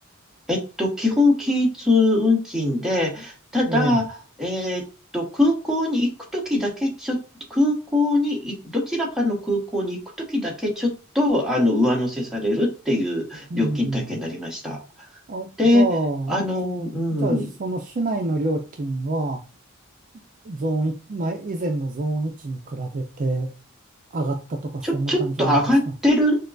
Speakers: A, in the centre; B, on the right.
A: えっと、基本均一運賃で、ただ、
B: ええ。
A: えっと、空港に行くときだけ、ちょっと、空港にい、どちらかの空港に行くときだけ、ちょっと、あの、上乗せされるっていう料金体系になりました。
B: うん。あ、
A: で、
B: じゃあ、
A: あの、うん、
B: じゃあ、その市内の料金は、ゾーンいち、前、以前のゾーン1に比べて上がったとか、
A: ちょ、
B: そんな感じなんですか
A: ちょっと上がってる